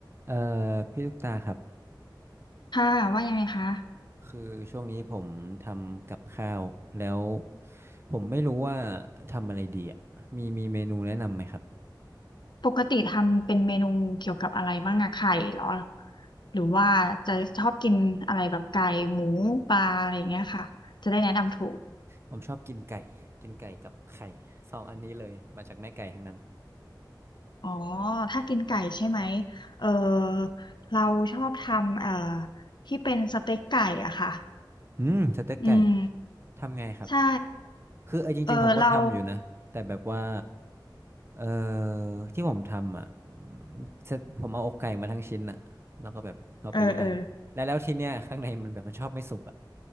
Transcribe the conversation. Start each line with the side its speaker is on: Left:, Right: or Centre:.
Right: เอ่อพี่ลูกตาครับ
Left: ค่ะว่ายังไงคะ
Right: คือช่วงนี้ผมทำกับข้าวแล้วผมไม่รู้ว่าทำอะไรดีอ่ะมีมีเมนูแนะนำไหมครับ
Left: ปกติทำเป็นเมนูเกี่ยวกับอะไรบ้างอะไข่เหรอหรือว่าจะชอบกินอะไรแบบไก่หมูปลาอะไรอย่างเงี้ยค่ะจะได้แนะนำถูก
Right: ผมชอบกินไก่กินไก่กับไข่สองอันนี้เลยมาจากแม่ไก่ทั้งนั้น
Left: อ๋อถ้ากินไก่ใช่ไหมเออเราชอบทำเอ่อที่เป็นสเต็กไก่อะค่ะ
Right: อืมสเต็กไก่
Left: อืม
Right: ทำไงครับ
Left: ใช่
Right: คือเออจริงๆผมก็ทำอยู่นะแต่แบบว่า
Left: เออเรา
Right: เอ่อที่ผมทำอ่ะอืมเสร็จผมเอาอกไก่มาทั้งชิ้นอ่ะแล้วก็แบบเอาไปย่างแล้วแล้วทีเนี้ยข้างในมันแบบมันชอบไม่สุกอ่ะ
Left: เออเออ